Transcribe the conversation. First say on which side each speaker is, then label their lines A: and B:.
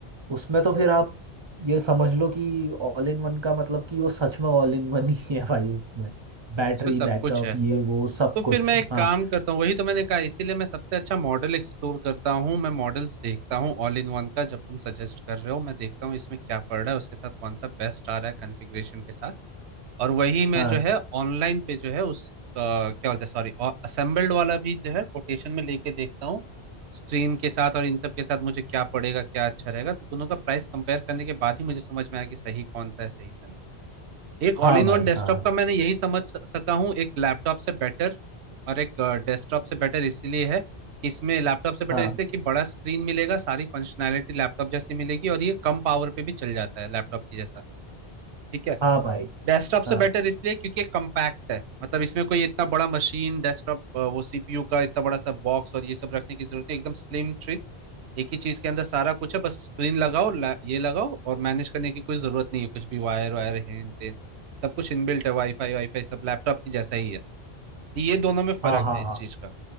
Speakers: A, on the right; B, on the right.
A: उसमें तो फिर आप ये समझ लो कि ऑल इन वन का मतलब कि वो सच में ऑल इन वन ही है भाई उसमें बैटरी
B: उसमें सब
A: बैकअप
B: कुछ है
A: ये वो सब
B: तो
A: कुछ
B: फिर मैं एक
A: हाँ
B: काम करता हूँ वही तो मैंने कहा इसीलिए मैं सबसे अच्छा मॉडल एक्सप्लोर करता हूँ मैं मॉडल्स देखता हूँ ऑल इन वन का जब तुम सजेस्ट कर रहे हो मैं देखता हूँ इसमें क्या पड़ रहा है उसके साथ कौन सा बेस्ट आ रहा है कॉन्फ़िगरेशन के साथ और वही मैं
A: हाँ
B: जो है ऑनलाइन पे जो है उस अ, क्या बोलते हैं सॉरी असेंबल्ड वाला भी जो है कोटेशन में लेके देखता हूँ स्क्रीन के साथ और इन सब के साथ मुझे क्या पड़ेगा क्या अच्छा रहेगा तो दोनों का प्राइस कंपेयर करने के बाद ही मुझे समझ में आया कि सही कौन सा है सही सा नहीं एक
A: हाँ
B: ऑल इन
A: भाई
B: वन डेस्कटॉप
A: हाँ
B: का
A: हाँ
B: मैंने यही समझ स- सका हूँ एक लैपटॉप से बेटर और एक डेस्कटॉप से बेटर इसलिए है कि इसमें लैपटॉप से बेटर
A: हाँ
B: इसलिए कि बड़ा स्क्रीन मिलेगा सारी फंक्शनैलिटी लैपटॉप जैसी मिलेगी और ये कम पावर पे भी चल जाता है लैपटॉप की जैसा ठीक है
A: हाँ भाई
B: डेस्कटॉप से
A: हाँ
B: बेटर इसलिए क्योंकि ये कम्पैक्ट है मतलब इसमें कोई इतना बड़ा मशीन डेस्कटॉप वो सीपीयू का इतना बड़ा सा बॉक्स और ये सब रखने की जरूरत नहीं एकदम स्लिम ट्री एक ही चीज के अंदर सारा कुछ है बस स्क्रीन लगाओ ला, ये लगाओ और मैनेज करने की कोई जरूरत नहीं है कुछ भी वायर वायर हेन टेन सब कुछ इनबिल्ट है वाईफाई वाईफाई सब लैपटॉप की जैसा ही है ये दोनों में फर्क
A: हाँ हाँ
B: है इस
A: हाँ
B: चीज का